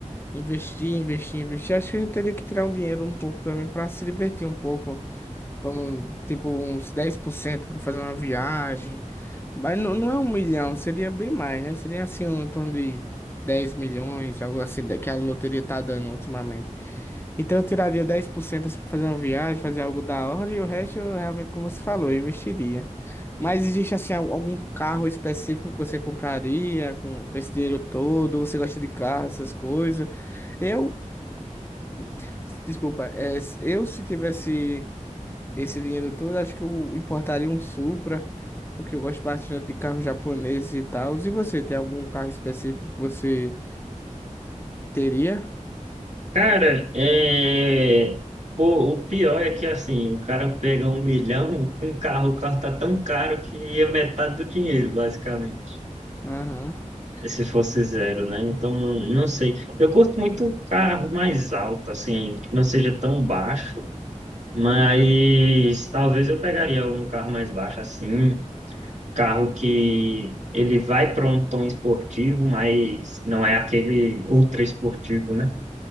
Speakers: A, on the left; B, on the right.
A: investir, investir, investir. Acho que a gente teria que tirar um dinheiro um pouco também para se divertir um pouco. pra um- Tipo, uns 10% para fazer uma viagem. Mas não, não é um milhão, seria bem mais, né? Seria assim, um em torno de 10 milhões, algo assim, da- que a loteria tá dando ultimamente. Então eu tiraria 10% assim pra fazer uma viagem, fazer algo da hora, e o resto eu realmente, como você falou, eu investiria. Mas existe assim al- algum carro específico que você compraria com, com esse dinheiro todo? Você gosta de carro, essas coisas? Eu, <coughs> desculpa, é, s- eu se tivesse esse dinheiro todo, acho que eu importaria um Supra, porque eu gosto bastante de carro japonês e tal. E você, tem algum carro específico que você teria?
B: Cara, é... Pô, o pior é que assim, o cara pega um milhão, um carro, o carro tá tão caro que é metade do dinheiro, basicamente.
A: Aham.
B: Se fosse zero, né? Então, não sei. Eu gosto muito carro mais alto, assim, que não seja tão baixo, mas talvez eu pegaria um carro mais baixo, assim, um carro que ele vai para um tom esportivo, mas não é aquele ultra esportivo, né?